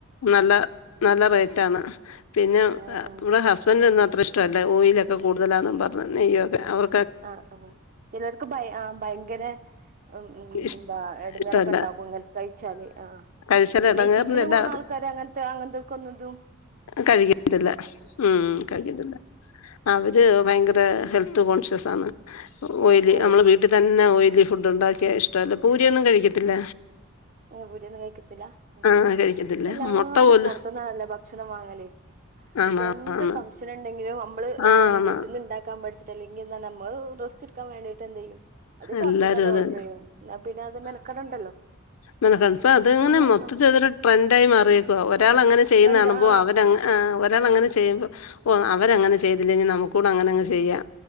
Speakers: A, on the left (about 80°); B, on the right (about 40°).
A: നല്ല നല്ല റേറ്റാണ്. പിന്നെ
B: ആഹ് ആഹ്
A: ഇവിടെ ഹസ്ബൻഡിനൊന്നും അത്ര ഇഷ്ടമല്ല ഓയിലൊക്കെ കൂടുതലാണെന്നും പറഞ്ഞ് നെയ്യൊക്കെ അവർ
B: ആഹ് ആഹ് ചിലർക്ക് ഭയ ആഹ് ഭയങ്കര ഉം ഉം
A: ഇഷ്
B: എന്താ ഇടങ്ങേറൊക്കെ
A: ഇഷ്ടമല്ല
B: ഇണ്ടാക്കും ഇങ്ങനത്തെ കഴിച്ചാല് ആഹ്
A: കഴിച്ചാൽ
B: പിന്നെ
A: ഇടങ്ങേറില്ലല്ല
B: ഈ ജിമ്മിന് പോണാൾക്കാര് അങ്ങനത്തെ അങ്ങനത്തെക്കൊന്ന തും
A: കഴിക്കത്തില്ല ഉം കഴിക്കത്തി അവര് ഭയങ്കര ഹെൽത്ത്‌ കോൺശ്യസാണ് ഓയിൽ
B: ഓ
A: നമ്മള് വീ ട്ടിൽ തന്നെ ഓയിലി ഫുഡ് ഉണ്ടാക്കിയിഷ്ടമല്ല പൂരിയൊന്നും കഴിക്കത്തില്ല.
B: ഓ പൂരിയൊന്നും കഴിക്കത്തില്ല
A: ആഹ് കഴിക്കത്തില്ല
B: ഇപ്പ എല്ലാരും
A: മുട്ട പോലും
B: പുറത്തുന്നാണല്ലോ ഭക്ഷണം വാങ്ങല്
A: ആണ്
B: ഇപ്പ എന്ത്
A: ആണ്
B: ഫങ്ഷൻ നുണ്ടെങ്കിലും നമ്മള് എന്താണ്
A: ആണ്
B: വീട്ടിൽ നിന്ന് ഉണ്ടാക്കാൻ പഠിച്ചിട്ടല്ലേ പിന്നെന്താ നമ്മള് റസ്റ്റ് എടുക്കാൻ വേണ്ടിയിട്ട് എന്തെങ്കിലും അത്
A: എല്ലാരും
B: പുറത്തുന്നണ്ട്
A: അത്
B: ഓർഡർ
A: തന്നെ
B: ചെയ്യും എന്നാ പിന്നെ അത് മെനക്കടണ്ടല്ലോ
A: നിനക്കൽപ്പ അതിങ്ങനെ
B: സിമ്പിളാ
A: മൊത്തത്തിലതൊരു
B: ആ
A: ട്രെൻഡായി മാറിയേക്കുവ ഒരാൾ അങ്ങനെ ചെയ്യുന്ന
B: ട്രെൻഡ്
A: കാണുമ്പോ
B: ആ
A: അവരങ്ങ് ആഹ് ഒരാളങ്ങനെ ചെയ്യുമ്പോൾ ഓ അവരങ്ങനെ
B: ആ
A: ചെയ്തില്ലേ ഇനി നമുക്കൂടെ അങ്ങനെ അങ്ങ് ചെയ്യാം